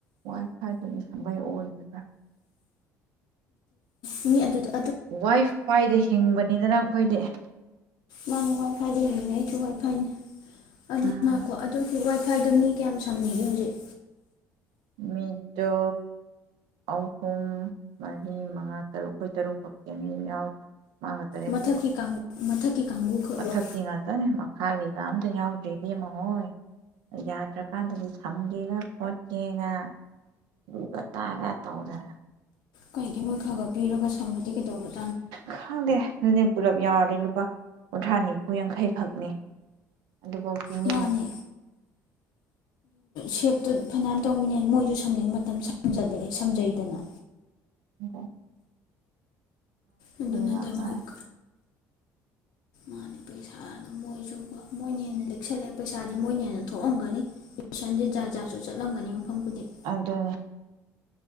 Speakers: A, on the right; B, on the left.
A: ꯋꯥꯏ ꯐꯥꯏꯗꯨꯗꯤ ꯁꯃꯩ ꯑꯣꯏꯒꯗ꯭ꯔꯥ
B: ꯃꯤ ꯑꯗꯨꯗ
A: ꯋꯥꯏ ꯐꯥꯏꯗ ꯍꯤꯡꯕꯅꯤꯗꯅ ꯑꯩꯈꯣꯏꯗꯤ
B: ꯃꯥꯅꯦ ꯍꯏ ꯐ ꯌꯦꯡꯅꯦ ꯑꯩꯁꯨ ꯍꯏ ꯐꯩꯅꯦ ꯑꯗꯨ
A: ꯎꯝ
B: ꯉꯀꯣ ꯑꯗꯨ ꯋꯥꯏ ꯐꯥꯏꯗꯣ ꯃꯤ ꯀꯌꯥꯝ ꯁꯝꯃꯤꯒꯦ ꯍꯧꯖꯤꯛ
A: ꯃꯤꯗꯣ ꯑꯍꯨꯝ ꯃꯔꯤ ꯃꯉꯥ ꯇꯔꯨꯛ ꯑꯩꯈꯣꯏ ꯇꯔꯨꯛ ꯐꯛꯛꯇꯅꯦ ꯌꯥꯎꯗ꯭ꯔꯦ ꯃꯥꯒ ꯇꯔꯦꯠ
B: ꯃꯊꯛꯀꯤ
A: ꯁꯨꯕ
B: ꯀꯥꯡꯕꯨ ꯃꯊꯛꯀꯤ ꯀꯥꯡꯕꯨ ꯈꯛꯂꯣ
A: ꯃꯊꯛꯀꯤ ꯉ ꯈꯛꯇꯅꯦ ꯃꯈꯥꯒꯤꯗ ꯑꯝꯇ ꯌꯥꯎꯗ꯭ꯔꯤ ꯕꯦꯝꯃ ꯍꯣꯏ ꯌꯥꯗ꯭ꯔꯀꯥꯟꯗꯗꯤ ꯁꯝꯒꯦꯒ ꯄꯣꯠ ꯆꯦꯒ ꯂꯨꯒ ꯇꯥꯒ ꯇꯧꯗꯅ
B: ꯀꯩꯒꯤ ꯃꯣꯏ ꯈꯔ ꯈꯔ ꯄꯤꯔꯒ ꯁꯝꯕꯗꯤ ꯀꯩꯗꯧꯕꯅꯤ
A: ꯈꯪꯗꯦ ꯑꯗꯨꯗꯤ ꯄꯨꯂꯞ ꯌꯥꯎꯔꯗꯤ ꯂꯨꯄꯥ ꯀꯨꯟꯊ꯭ꯔꯥ ꯅꯤꯐꯨ ꯌꯥꯡꯈꯩꯈꯛꯅꯤ ꯑꯗꯨꯕꯨ
B: ꯃꯥꯅꯦ
A: <inaudible>
B: ꯁꯦꯞꯇꯨ ꯐꯅꯌꯥꯝ ꯇꯧꯃꯤꯅꯦ ꯃꯣꯏꯁꯨ ꯁꯝꯅꯤꯡꯕ ꯃꯇꯝ ꯁꯝꯖꯩꯗꯅ
A: ꯎꯣ
B: ꯑꯗꯨꯅꯗꯃꯛ
A: ꯉꯥꯛ ꯉꯥꯏꯔꯦ
B: ꯃꯥꯅꯦ ꯄꯩꯁꯥꯗ ꯃꯣꯏꯁꯨꯒ ꯃꯣꯏꯅ ꯍꯦꯟꯅ ꯂꯤꯛꯁꯜꯂꯦ ꯄꯩꯁꯥꯗꯤ ꯃꯣꯏꯅ ꯍꯦꯟꯅ ꯊꯣꯛꯑꯝꯒꯅꯤ ꯇꯏꯁꯟꯖꯤꯠ ꯖꯥ ꯖꯥꯁꯨ ꯆꯠꯂꯝꯒꯅꯤ ꯃꯐꯝ ꯈꯨꯗꯤꯡ
A: ꯑꯗꯨ